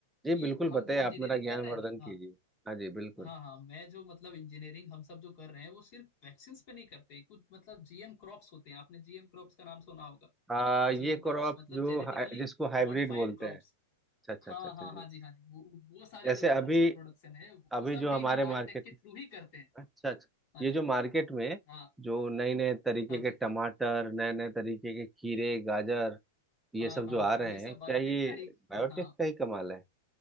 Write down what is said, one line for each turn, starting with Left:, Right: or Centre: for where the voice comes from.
Centre: जी
Left: कि
Centre: बिल्कुल
Left: हम
Centre: बताइए
Left: जो इंजीनियरिंग
Centre: आप मेरा ज्ञानवर्धन
Left: कर रहे हैं ना
Centre: कीजिए
Left: हाँ
Centre: हाँ जी बिल्कुल
Left: हाँ हाँ मैं जो मतलब इंजीनियरिंग हम सब जो कर रहे हैं वो सिर्फ वैक्सीन्स पे नहीं करते कुछ मतलब जीएम क्रॉप्स होते हैं आपने जीएम क्रॉप्स का नाम सुना होगा
Centre: आ, ये
Left: जीएम क्रॉप्स
Centre: क्रॉप
Left: मतलब
Centre: जो
Left: जेनेटिकली
Centre: हाइ- जिसको हाइब्रिड
Left: मॉडिफाइड
Centre: बोलते
Left: क्रॉप्स
Centre: हैं अच्छा
Left: हाँ
Centre: अच्छा अच्छा
Left: हाँ
Centre: जी
Left: हाँ जी हाँ जी वो वो सारे
Centre: जैसे
Left: जो क्रॉप्स
Centre: अभी
Left: का प्रोडक्शन है वो
Centre: अभी
Left: सब
Centre: जो
Left: भी
Centre: हमारे
Left: हम बायोटेक
Centre: मार्केट
Left: के
Centre: में,
Left: थ्रू ही करते हैं
Centre: अच्छा अच्छा
Left: हाँ
Centre: ये
Left: जी
Centre: जो मार्केट में
Left: हाँ
Centre: जो नए नए तरीके
Left: हाँ जी
Centre: के टमाटर नए नए तरीके के खीरे गाजर ये
Left: हाँ
Centre: सब
Left: हाँ
Centre: जो आ
Left: हाँ,
Centre: रहे
Left: ये सब
Centre: हैं
Left: बायोटेक
Centre: क्या ये
Left: का ही
Centre: बायोटेक
Left: हाँ
Centre: का ही कमाल है